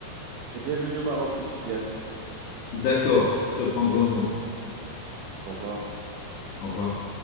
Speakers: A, on the right; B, on the left.
A: Et bienvenue au Maroc si tu viens.
B: D'accord, je te prendrai un mot.
A: Au revoir.
B: Au revoir.